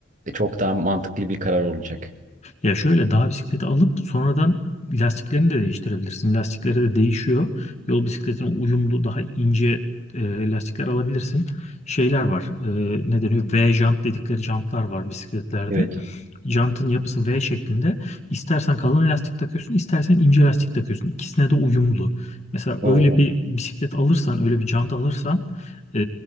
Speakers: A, on the right; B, on the left.
A: çok daha mantıklı bir karar olacak.
B: Ya şöyle dağ bisikleti alıp sonradan lastiklerini de değiştirebilirsin. Lastikleri de değişiyor. Yol bisikletine uyumlu daha ince e, lastikler alabilirsin. Şeyler var. E, ne deniyor? V jant dedikleri jantlar var bisikletlerde.
A: Evet.
B: jantın yapısı V şeklinde. İstersen kalın lastik takıyorsun, istersen ince lastik takıyorsun. İkisine de uyumlu. Mesela
A: O
B: öyle bir bisiklet alırsan, öyle bir jant alırsan e,